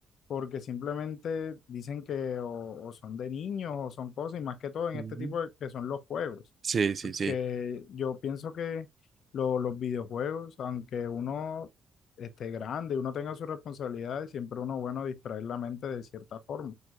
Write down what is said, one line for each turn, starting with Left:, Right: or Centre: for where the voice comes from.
Left: porque simplemente dicen que o, o son de niños o son cosas, y más que todo en
Right: Ujú.
Left: este tipo de, que son los juegos,
Right: Sí, sí,
Left: porque
Right: sí.
Left: yo pienso que lo- los videojuegos, aunque uno esté grande, uno tenga sus responsabilidades, siempre uno bueno distraer la mente de cierta forma,